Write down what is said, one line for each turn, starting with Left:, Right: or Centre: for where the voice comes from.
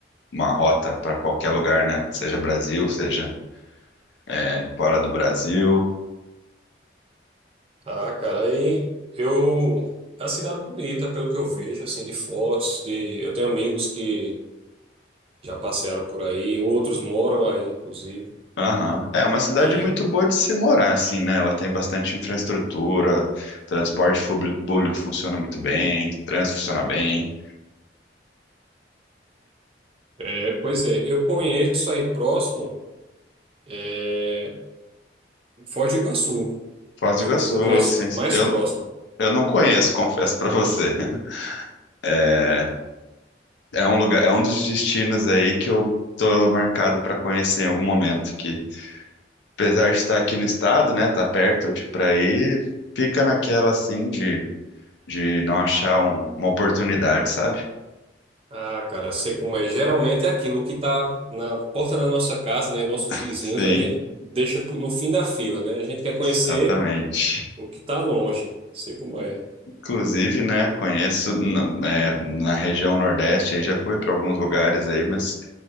Left: uma rota para qualquer lugar, né? Seja Brasil, seja é, fora do Brasil.
Right: ah, cara, aí eu é uma cidade bonita, pelo que eu vejo, assim, de fotos, de eu tenho amigos que já passearam por aí, outros moram aí, inclusive.
Left: Aham. É uma cidade
Right: E,
Left: muito boa de se morar, assim, né? Ela tem bastante infraestrutura, transporte fubli- público funciona muito bem, trânsito funciona bem.
Right: é, pois é, eu conheço aí próximo, é, Foz do Iguaçu,
Left: Foz
Right: é
Left: do Iguaçu,
Right: o que eu conheço
Left: sim.
Right: mais
Left: Eu,
Right: próximo.
Left: eu não conheço, <laughs> confesso pra você. É, é um lugar, é um dos destinos aí que eu tô marcado pra conhecer em algum momento, que apesar de estar aqui no estado, né, tá perto de pra ir, fica naquela assim de, de não achar um- uma oportunidade, sabe?
Right: Ah, cara, sei como é. Geralmente é aquilo que tá na porta da nossa casa, né? Nossos
Left: <laughs>
Right: vizinhos,
Left: Sim,
Right: a gente deixa pro- no fim da fila, né? A gente quer conhecer
Left: exatamente.
Right: o que tá longe. Sei como é.
Left: Inclusive, né, conheço na, é, na região Nordeste, aí já fui para alguns lugares aí, mas